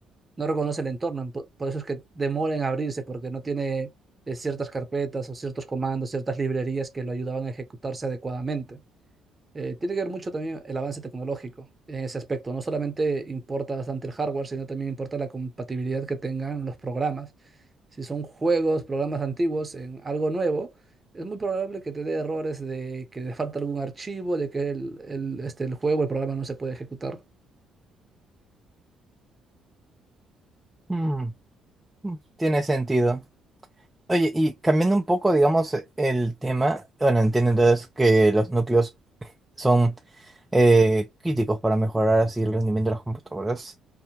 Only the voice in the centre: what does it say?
Mm, mm, tiene sentido. Oye, y cambiando un poco, digamos, el tema, bueno, entiendo entonces que los núcleos son eh, críticos para mejorar así el rendimiento de las computadoras.